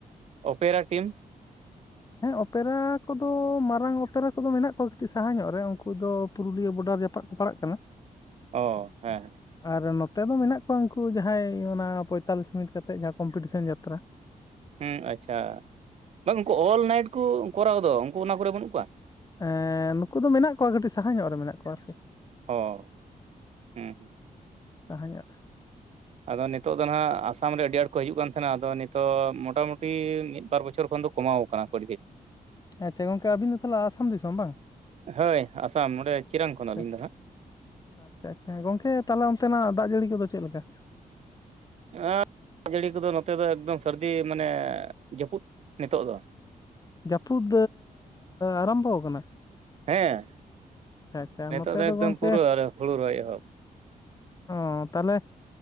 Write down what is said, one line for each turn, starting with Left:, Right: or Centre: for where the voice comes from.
Right: ᱚᱯᱮᱨᱟ ᱴᱤᱢ
Left: ᱦᱮᱸ ᱚᱯᱮᱨᱟ ᱠᱚᱫᱚ ᱢᱟᱨᱟᱝ ᱚᱯᱮᱨᱟ ᱠᱚᱫᱚ ᱢᱮᱱᱟᱜ ᱠᱚᱣᱟ ᱠᱟᱹᱴᱤᱡ ᱥᱟᱦᱟ ᱧᱚᱜ ᱨᱮ ᱩᱱᱠᱩ ᱫᱚ ᱯᱩᱨᱩᱞᱤᱭᱟᱹ ᱵᱚᱰᱟᱨ ᱡᱟᱯᱟᱜ ᱠᱚ ᱯᱟᱲᱟᱜ ᱠᱟᱱᱟ
Right: ᱚ ᱦᱮᱸ ᱦᱮᱸ
Left: ᱟᱨ ᱱᱚᱛᱮ ᱫᱚ ᱢᱮᱱᱟᱜ ᱠᱚᱣᱟ ᱩᱱᱠᱩ ᱡᱟᱦᱟᱸᱭ ᱚᱱᱟ ᱯᱚᱸᱭᱛᱟᱞᱞᱤᱥ ᱢᱤᱱᱤᱴ ᱠᱟᱛᱮᱫ ᱡᱟᱦᱟᱸ ᱠᱚᱢᱯᱤᱴᱤᱥᱮᱱ ᱡᱟᱛᱨᱟ
Right: ᱦᱮᱸ ᱟᱪᱪᱷᱟ ᱵᱟᱝ ᱩᱱᱠᱩ ᱚᱞ ᱱᱟᱭᱤᱴ ᱠᱚ ᱠᱚᱨᱟᱣ ᱫᱚ ᱩᱱᱠᱩ ᱚᱱᱟ ᱠᱚᱨᱮ ᱵᱟᱹᱱᱩᱜ ᱠᱚᱣᱟ
Left: ᱮ ᱱᱩᱠᱩ ᱫᱚ ᱢᱮᱱᱟᱜ ᱠᱚᱣᱟ ᱠᱟᱹᱴᱤᱡ ᱥᱟᱦᱟ ᱧᱚᱜ ᱨᱮ ᱢᱮᱱᱟᱜ ᱠᱚᱣᱟ
Right: ᱚ ᱦᱩᱸ
Left: ᱥᱟᱦᱟᱧᱚᱜ
Right: ᱟᱫᱚ ᱱᱤᱛᱚᱜ ᱫᱚ ᱦᱟᱜ ᱟᱥᱟᱢ ᱨᱮ ᱟᱹᱰᱤ ᱟᱸᱴ ᱠᱚ ᱦᱤᱡᱩᱜ ᱠᱟᱱ ᱛᱟᱦᱮᱸᱱᱟ ᱟᱫᱚ ᱱᱤᱛᱚᱜ ᱢᱚᱴᱟᱢᱩᱴᱤ ᱢᱤᱫ ᱵᱟᱨ ᱵᱚᱪᱷᱚᱨ ᱠᱷᱚᱱ ᱫᱚ ᱠᱚᱢᱟᱣ ᱠᱟᱱᱟ <inaudible>
Left: ᱟᱪᱪᱷᱟ ᱜᱚᱝᱠᱮ ᱟᱹᱵᱤᱱ ᱫᱚ ᱛᱟᱦᱚᱞᱮ ᱟᱥᱟᱢ ᱫᱤᱥᱚᱢ ᱵᱟᱝ
Right: ᱦᱳᱭ ᱟᱥᱟᱢ ᱚᱸᱰᱮ ᱪᱤᱨᱟᱝ ᱠᱷᱚᱱ
Left: ᱟᱪᱪᱷᱟ
Right: ᱟᱹᱞᱤᱧ ᱫᱚ ᱦᱟᱸᱜ
Left: ᱟᱪᱪᱷᱟ ᱟᱪᱪᱷᱟ ᱜᱚᱝᱠᱮ ᱛᱟᱦᱚᱞᱮ ᱚᱱᱛᱮᱱᱟᱜ ᱫᱟᱜ ᱡᱟᱹᱲᱤ ᱠᱚᱫᱚ ᱪᱮᱫ ᱞᱮᱠᱟ
Right: ᱚ ᱫᱟᱜ ᱡᱟᱹᱲᱤ ᱠᱚᱫᱚ ᱱᱚᱛᱮ ᱫᱚ ᱮᱠᱫᱚᱢ ᱥᱟᱹᱨᱫᱤ ᱢᱟᱱᱮ ᱡᱟᱹᱯᱩᱫ ᱱᱤᱛᱚᱜ ᱫᱚ
Left: ᱡᱟᱹᱯᱩᱫ ᱟᱨᱟᱢᱵᱚ ᱠᱟᱱᱟ
Right: ᱦᱮᱸ
Left: ᱟᱪᱪᱷᱟ
Right: ᱱᱤᱛᱚᱜ
Left: ᱱᱚᱛᱮ
Right: ᱫᱚ ᱮᱠᱫᱚᱢ
Left: ᱜᱚᱝᱠᱮ
Right: ᱯᱩᱨᱟᱹ ᱦᱩᱲᱩ ᱨᱚᱦᱚᱭ ᱮᱦᱚᱵ
Left: ᱚ ᱛᱟᱦᱚᱞᱮ